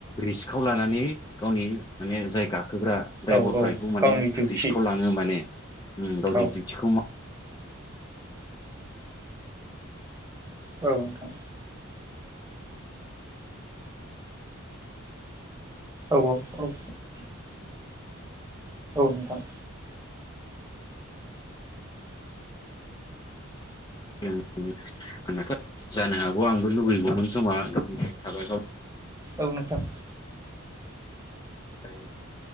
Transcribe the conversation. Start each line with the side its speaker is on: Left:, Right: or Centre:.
Left: रिस्कखौ लानानै गावनि माने जायगा खोबग्रा द्राइभारफ्रा
Right: औ औ
Left: बेखौ माने
Right: गावनि डिउथि
Left: रिस्कखौ लाङो माने उम गावनि
Right: औ
Left: डिउटिखौ माव
Right: औ नोंथां औ औ औ औ नोंथां
Left: <unintelligible> आंनाथ' जानो हागौ आंबो लुगैगौमोन खोमा गावनि बाइक थाबा गाव
Right: औ नोंथां
Left: फ्राय